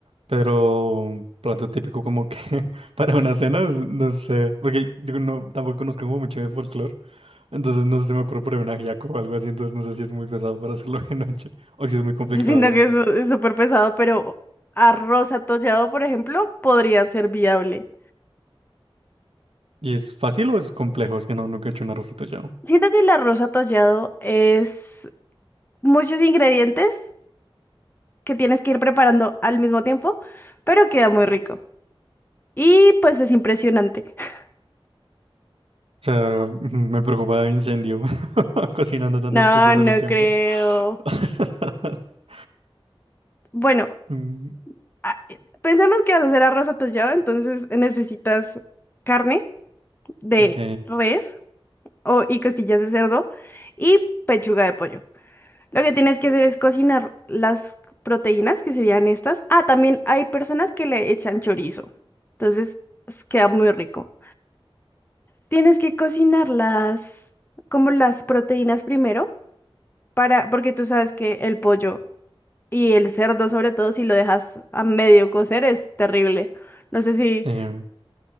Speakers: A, on the right; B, on the left.
A: pero un plato típico como que <laughs> para una cena, es- no sé, porque digo, no, tampoco conozco como mucho de folclore, entonces no sé si me ocurre por ahí un ajiaco o algo así, entonces no sé si es muy pesado para <laughs> hacerlo de noche o si es muy complicado
B: Yo siento
A: de hacer.
B: que eso es súper pesado, pero arroz atollado, por ejemplo, podría ser viable.
A: ¿Y es fácil o es complejo? Es que no, nunca he hecho un arroz atollado. O
B: Siento que el arroz atollado es muchos ingredientes que tienes que ir preparando al mismo tiempo, pero queda muy rico. Y pues es impresionante. <laughs>
A: sea, ujú, <laughs> me preocupa incendio <laughs> cocinando tantas
B: No,
A: cosas
B: no
A: al tiempo.
B: creo.
A: <laughs>
B: Bueno,
A: Mm,
B: a- pensemos que vas a hacer arroz atollado, entonces necesitas carne de
A: Ok.
B: res o, y costillas de cerdo y pechuga de pollo. Lo que tienes que hacer es cocinar las proteínas, que serían estas. Ah, también hay personas que le echan chorizo. Entonces, pues, queda muy rico. Tienes que cocinar las, como las proteínas primero, para, porque tú sabes que el pollo y el cerdo, sobre todo, si lo dejas a medio cocer, es terrible. No sé si,
A: em,